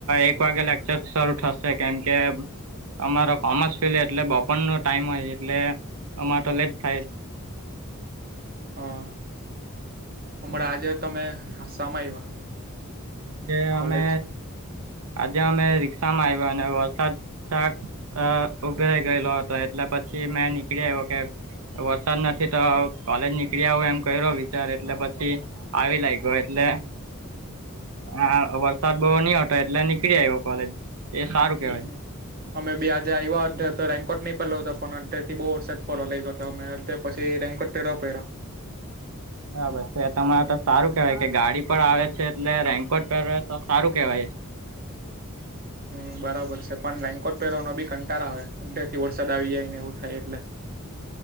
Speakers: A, on the right; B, on the right.
A: એક વાગે લેક્ચર શરૂ થશે કેમ કે અમારો કોમર્સ ફિલ્ડ એટલે બપોરનો ટાઈમ હોય એટલે અમારે લેટ થાય
B: હા હમણા આજે તમે સામાં આવ્યા
A: કે અમે
B: કોલેજ
A: આજે અમે રિક્ષામાં આવ્યા અને વરસાદ શાક ઉઘરાઈ ગયેલો હતો એટલે પછી મેં નીકળી આવ્યો કે વરસાદ નથી તો કાલેજ નીકળીએ એમ કરીયોઓ વિચાર એટલે પછી આવી લાયગો એટલે હા વરસાદ બોવ ની હતો એટલે નીકળી આવ્યો કોલેજ. એ સારું
B: હમ.
A: કેવાય
B: અમે બે આજે આવ્યા હોત તો રેન્કોટ ની પેરલો હતો પણ અડધેથી બોવ વરસાદ પડવા લાગ્યો ગયો હતો અમે અ પછી રેનકોટ પેરવા પડ્યો.
A: બરાબર છે તમારે તો સારું કેવાય કે ગાડી પર આવે છે એટલે રેનકોટ પેરે તો સારું કેવાય. <inaudible>
B: હમ બરાબર છે પણ રેનકોટ પેરવાનો બી કંટાળો આવે અડધે થી વરસાદ આવી જાય ને એવું થાય એટલે.